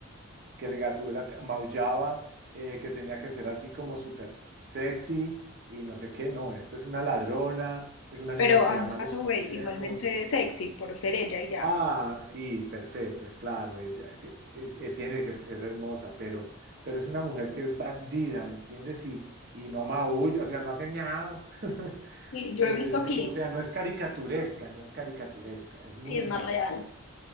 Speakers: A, on the right (about 50°); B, on the left (about 80°).
A: que el Gatúbela te- maullaba, eh, que tenía que ser así como súper sexy y no sé qué. No, esta es una ladrona, es una
B: pero
A: nena que
B: Anne
A: da malos
B: Hathaway
A: consejos.
B: igualmente sexy por ser ella y ya.
A: Ah, sí, per se, pues claro, ella te- eh, eh, tiene que ser hermosa, pero, pero es una mujer que es bandida, ¿me entiendes? Y, y no maulla, o sea, no hace miau. <laughs>
B: Sí, yo
A: Eh,
B: he visto
A: no,
B: clips,
A: no, o sea, no es caricaturesca, no es caricaturesca, es muy
B: sí es
A: humana.
B: más real,